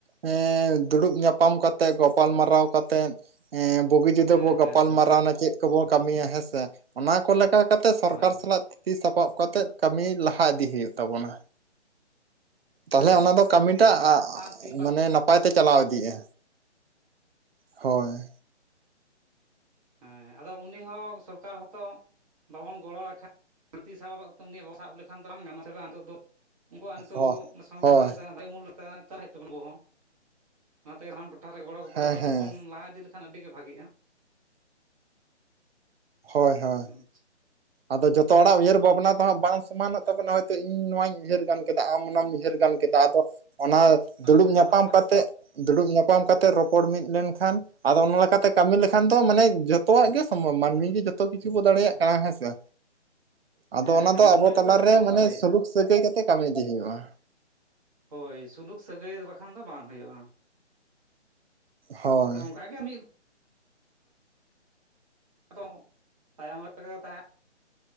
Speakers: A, on the right; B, on the right.
A: ᱦᱮᱸ ᱫᱩᱲᱩᱵ ᱧᱟᱯᱟᱢ ᱠᱟᱛᱮᱜ ᱜᱟᱯᱟᱞ ᱢᱟᱨᱟᱣ ᱠᱟᱛᱮᱫᱼᱼ ᱵᱩᱜᱤ ᱡᱩᱫᱟᱹ
B: ᱦᱮᱸ
A: ᱵᱚ
B: ᱦᱮᱸ
A: ᱜᱟᱯᱟᱞ
B: ᱦᱮᱸ
A: ᱢᱟᱨᱟᱣᱱᱟ ᱪᱮᱫ ᱠᱚᱵᱚᱱ ᱠᱟᱹᱢᱤᱭᱟ ᱦᱮᱸᱥᱮ ᱚᱱᱟ ᱠᱚ ᱞᱮᱠᱟᱼᱼ ᱠᱟᱛᱮ ᱥᱚᱨᱠᱟᱨ
B: ᱦᱳᱭ
A: ᱥᱟᱞᱟᱜ ᱛᱤᱻᱛᱤ ᱥᱟᱯᱟᱵ ᱠᱟᱛᱮᱜ ᱠᱟᱹᱢᱤ ᱞᱟᱦᱟ ᱤᱫᱤ ᱦᱩᱭᱩᱜ ᱛᱟᱵᱚᱱᱟ᱾ ᱛᱟᱦᱚᱞᱮ
B: ᱦᱮᱸ
A: ᱚᱱᱟ ᱫᱚ ᱠᱟᱹᱢᱤᱴᱟᱜ
B: ᱥᱟᱶᱛᱮ ᱵᱟ
A: ᱢᱟᱱᱮ ᱱᱟᱯᱟᱭ ᱛᱮ ᱪᱟᱞᱟᱣ ᱤᱫᱤᱜᱼᱟ᱾ ᱦᱳᱭ
B: ᱦᱮᱸ ᱟᱫᱚ ᱩᱱᱤ ᱦᱚᱸ ᱥᱚᱨᱠᱟᱨ ᱦᱚᱸᱛᱚᱼᱼ ᱵᱟᱵᱚᱱ ᱜᱚᱲᱚᱟᱭ <unintelligible> ᱥᱟᱵ ᱩᱱᱤᱭᱟᱜ ᱵᱟᱵᱟ ᱥᱟᱵ ᱞᱮᱠᱷᱟᱱ ᱫᱚ ᱵᱟᱝ ᱜᱟᱱᱚᱜᱼᱟ ᱥᱮ ᱵᱟᱝ ᱱᱤᱛᱚᱜ ᱫᱚᱼᱼ ᱩᱱᱠᱩᱣᱟᱜ ᱱᱤᱛᱚᱜ
A: ᱦᱳᱭ
B: ᱥᱚᱝ
A: ᱦᱳᱭ
B: ᱵᱤᱫᱷᱟᱱ ᱫᱟᱭ ᱢᱩᱞᱞᱚᱛᱟ ᱪᱟᱞᱟᱜ ᱦᱩᱭᱩᱜ ᱛᱟᱵᱚᱱᱟ ᱟᱵᱚ ᱦᱚᱸ ᱚᱱᱟᱛᱮ ᱥᱟᱱᱟᱢ ᱴᱚᱴᱷᱟ ᱨᱮ ᱜᱚᱲᱚ ᱜᱚᱯᱚᱲᱚ
A: ᱦᱮᱸ
B: ᱠᱟᱛᱮᱫ
A: ᱦᱮᱸ
B: ᱵᱚᱱ ᱞᱟᱦᱟ ᱤᱫᱤ ᱞᱮᱠᱷᱟᱱ ᱟᱹᱰᱤ ᱜᱮ ᱵᱷᱤᱜᱼᱟ᱾
A: ᱦᱳᱭ ᱦᱳᱭ
B: ᱦᱚᱢ
A: ᱟᱫᱚ ᱡᱚᱛᱚ ᱦᱚᱲᱟᱜ ᱩᱭᱦᱟᱹᱨ ᱵᱷᱟᱵᱽᱱᱟᱼᱼ ᱵᱟᱝ ᱥᱚᱢᱟᱱᱚᱜ ᱛᱟᱵᱚᱱᱟ ᱦᱚᱭᱛᱳ ᱤᱧ ᱱᱚᱣᱟᱧ ᱩᱭᱦᱟᱹᱨ ᱜᱟᱱ ᱠᱮᱫᱟ ᱟᱢ ᱚᱱᱟᱢ ᱩᱭᱦᱟᱹᱨ ᱜᱟᱱ ᱠᱮᱫᱟ ᱟᱫᱚ ᱚᱱᱟ᱾
B: ᱚᱱᱟ
A: ᱫᱩᱲᱩᱵ
B: ᱫᱚ ᱡᱚᱛᱚ
A: ᱧᱟᱯᱟᱢ
B: ᱦᱚᱲᱟᱜ
A: ᱠᱟᱛᱮᱫᱼᱼ ᱫᱩᱲᱩᱵ ᱧᱟᱯᱟᱢ ᱠᱟᱛᱮᱜ ᱨᱚᱯᱚᱲ ᱢᱤᱫ ᱞᱮᱱᱠᱷᱟᱱ ᱟᱫᱚ ᱚᱱᱟ ᱞᱮᱠᱟᱛᱮ ᱠᱟᱹᱢᱤ ᱞᱮᱠᱷᱟᱱ ᱫᱚ ᱢᱟᱱᱮ ᱡᱷᱚᱛᱼᱼ ᱡᱷᱚᱛᱚᱣᱟᱜ ᱜᱮ ᱥᱚᱢᱵᱷᱚᱰ ᱢᱟᱹᱱᱢᱤ ᱜᱮ ᱡᱚᱛᱚ ᱠᱤᱪᱷᱩ ᱵᱟ ᱫᱟᱲᱭᱟᱜ ᱠᱟᱱᱟ ᱦᱮᱸᱥᱮᱼᱼ ᱟᱫᱚ
B: ᱦᱮᱸ
A: ᱚᱱᱟ
B: ᱦᱮᱸ
A: ᱫᱚ
B: ᱢᱟᱹᱱᱢᱤ
A: ᱟᱵᱚ
B: ᱜᱮᱛᱚ
A: ᱛᱟᱞᱟᱨᱮ
B: ᱡᱚᱛᱚ ᱜᱮᱵᱚᱱ
A: ᱢᱟᱱᱮ
B: ᱫᱟᱲᱮᱭᱟᱜᱼᱟ
A: ᱥᱩᱞᱩᱠ ᱥᱟᱹᱜᱟᱹᱭ ᱠᱟᱛᱮ ᱠᱟᱹᱢᱤ ᱤᱫᱤ ᱦᱩᱭᱩᱜᱼᱟ᱾
B: ᱦᱳᱭ ᱥᱩᱞᱩᱠ ᱥᱟᱹᱜᱟᱹᱭ ᱵᱟᱠᱷᱟᱱ ᱫᱚ ᱵᱟᱝ ᱦᱩᱭᱩᱜᱼᱟ᱾
A: ᱦᱳᱭ
B: ᱟᱫᱚ ᱚᱱᱠᱟ ᱜᱮ ᱢᱤᱫᱼᱼ ᱟᱫᱚ ᱛᱟᱭᱚᱢ ᱨᱮᱜᱮ ᱵᱟ ᱛᱟᱦᱮᱱᱼᱼ